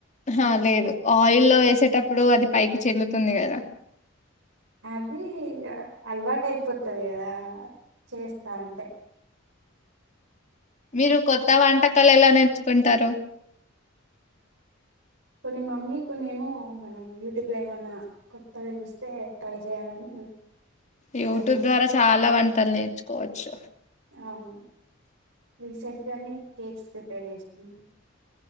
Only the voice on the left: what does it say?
ఆ లేదు. ఆయిల్లో వేసేటప్పుడు అది పైకి చిల్లుతుంది గదా.
మీరు కొత్త వంటకాలు ఎలా నేర్చుకుంటారు.
యూట్యూబ్
ద్వారా చాలా వంటలు నేర్చుకోవచ్చు.